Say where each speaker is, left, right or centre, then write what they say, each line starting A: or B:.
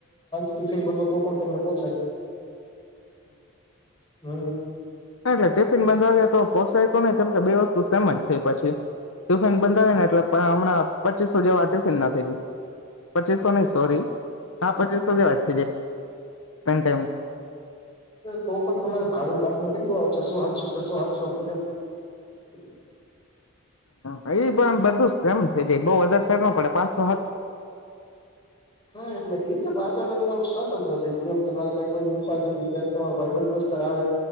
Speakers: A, on the left; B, on the left.
A: ટિફિન બનો તો પણ તમને પોચાય હમ્મ
B: હા એટલે ટિફિન બંધાવી તો પોસાય તો નઈ કેમ કે બે વસ્તુ સમજ થઈ પછી, ટિફિન બંધાવને એટલે પણ હમણાં પચીસો જેવા ટિફિન ના થઈ ગય પચીસો નહી સોરી હા પચીસો લેવા છે ટ
A: તો પણ તમારે ભાડું પાકમાં કેટલું આવે છસો સાસો છસો સાઠસો રૂપિયા <unintelligible>
B: હ એ પણ બધું એમ થ જાય બઉ વધારે સરે ન પડે પાંસો
A: હા એટ લાગી છે, પણતો એમ કે તમારું શ સ્વતંત્ર થઈ ગમ તમારે કઈ કોઈની ઉપાધિ નહી તમારો ભાઈ બંધુસ્તાર આવે,